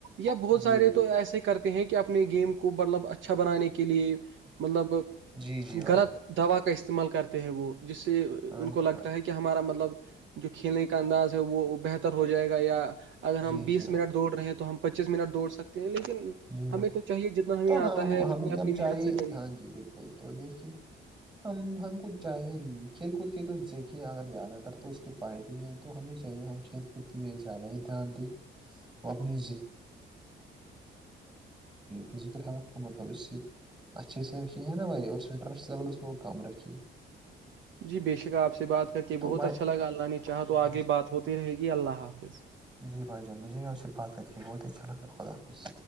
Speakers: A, on the right (about 70°); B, on the right (about 20°).
A: یا بہت
B: جی
A: سارے
B: بے
A: تو
B: شک
A: ایسے ہی کرتے ہیں کہ اپنے گیم کو مطلب اچھا بنانے کے لیے مطلب
B: جی جی بھائی
A: غلط
B: جان
A: دوا کا استعمال کرتے ہیں وہ جس سے
B: ہاں
A: ان کو
B: جی
A: لگتا
B: بھائی
A: ہے کہ ہمارا مطلب جو کھیلنے کا انداز ہے وہ بہتر ہو جائے گا یا- اگر
B: جی
A: ہم بیس
B: جی بھائی
A: منٹ دوڑ رہے ہیں تو ہم, پچیس منٹ دوڑ سکتے ہیں لیکن-
B: جی ب
A: ہمیں تو چاہیے جتنا ہمیں
B: تو ہم
A: آتا ہے اتنی اپنی
B: ہم چاہیے
A: محنت سے کریے
B: ہاں جی بالکل تو دیکھیے- ہم, ہم کو چاہیے کھیل کود کے تو دیکھے اگر زیادہ تر تو اس کے فائدے ہیں تو ہمیں چاہیے ہم کھیت کوتی میں زیادہ ہی دھیان دیں <unintelligible> ل اپنی فزیکل ہیلتھ کو مطلب اس سے- اچھے سے رکھی ہے نا بھائی اور اسٹرس لیولس کو کم رکھی
A: جی بے شک آپ سے بات کر کے
B: تو
A: بہت
B: بھائی
A: اچھا لگا اللہ نے چاہا تو
B: بھائی
A: آگے بات ہوتی رہے گی اللہ حافظ
B: جی بھائی جان مجھے بھی آپ سے بات کر کے بہت اچھا لگا خدافظ